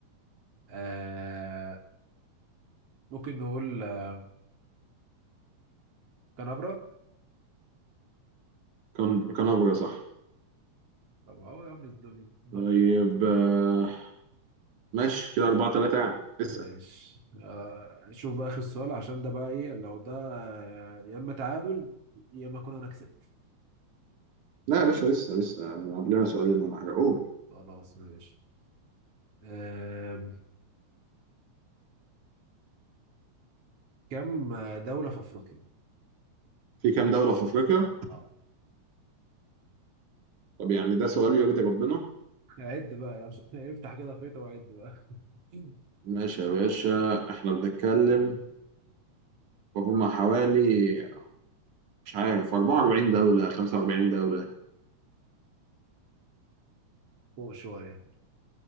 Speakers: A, on the right; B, on the right.
A: آه، ممكن نقول آه، كنبرة
B: كان كانبرا صح
A: طب اه يا عم ده- ب-
B: طيب آه، ماشي كده 4 3 يعني اسال
A: ماشي آه شوف بقى اخر سؤال عشان ده بقى ايه لو ده آه، يا اما تعادل يا اما اكون انا كسبت
B: لا يا باشا لسه لسه قبلنا
A: طب
B: سؤالين ولا حاجه قول
A: خلاص ماشي آه كم دولة في افريقيا؟
B: في كام دوله في افريقيا
A: اه
B: طب يعني ده سؤال يرضي ربنا
A: عد بقى يلا <laughs> افتح كده خيطة وعد بقى <laughs>
B: ماشي يا باشا احنا بنتكلم فهم حوالي مش عارف 44 دولة 45 دولة
A: فوق شوية